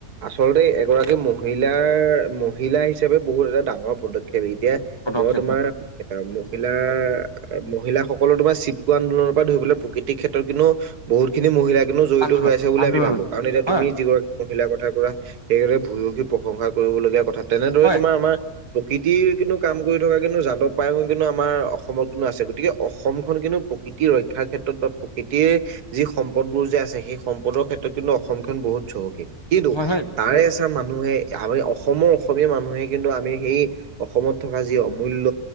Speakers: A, on the right (about 85°); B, on the left (about 20°).
A: আচলতে এগৰাকী মহিলাৰ মহিলা হিচাপে বহুত এটা ডাঙৰ পদক্ষেপ এই। এতিয়া
B: পদক্ষেপ
A: মই তোমাৰ
B: হয়
A: মহিলা মহিলাসকলৰ তোমাৰ চিপকু আন্দোলনৰ ধৰি পেল প্ৰকৃতিক ক্ষেত্ৰত কিন্তও বহুত খিনি মহিলা কিনও জড়িত
B: আন্দোলন
A: হৈ আছে বুলি
B: আন্দোলনত
A: আমি ভাবো। কাৰণ এতিয়া
B: হয়
A: তুমি যিগৰাকী মহিলাৰ কথা কোৱা। সেই ভূয়সী প্ৰশংসা কৰিব লগগীয়া কথা। তেনেদৰে,
B: হয়
A: তোমাৰ আমাৰ প্ৰকৃতিৰ কিন্তু কাম কৰি থকা কিন্তু যাদৱ পায়ঙ কিন্তু আমাৰ অসমত কিন্তু আছে। গতিকে অসমখন কিন্তু প্ৰকৃতি ৰক্ষাৰ ক্ষেত্ৰত প্ৰকৃতিৰ যি সম্পদবোৰ যে আছে সেই সম্পদৰ ক্ষেত্ৰত কিন্তু। অসমখনন বহুত চহকী কিন্তু
B: হয় হয়
A: তাৰে এচাম মানুহে। আমি অসমৰ অসমীয়া মানুহে কিন্তু আমি সেই অসমত থকা যি অমূল্য